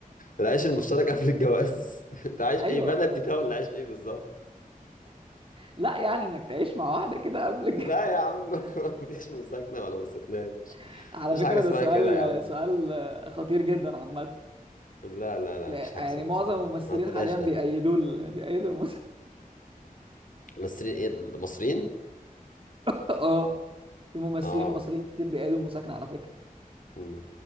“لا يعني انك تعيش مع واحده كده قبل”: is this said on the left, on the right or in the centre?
Right